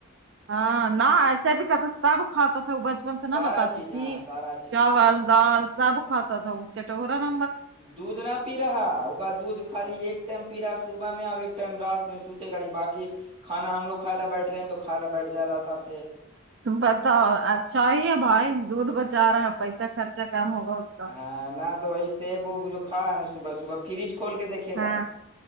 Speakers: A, on the right; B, on the right.
A: ہاں نہ ایسے بھی کہ سب کھات بچپن سے
B: سارا
A: نہ بتاتی
B: چیز
A: تھی
B: ہاں سارا چیز
A: چاول دال سب کھاتا تھا وہ چٹورا نا
B: د دنات پی رہا ہے ا کا دودھ خالی ایک ٹائم پی رہا ہے صبح میں ا ایک ٹائم رات میں سوتے گڑی باقی کھانا ہم لوگ کھا بیٹھے ہیں تو کھا ل بیٹھ جا رہا ساتھے
A: تم پتا ہو اچھا ہی ہے بھائی دودھ بچا رہا ہے پیسہ خرچہ کم ہوگا اس کا
B: ہاں نہ تو وہی سیب وب جو کھا ہے نا صبح صبح فریج کھول کے دیکے
A: ہاں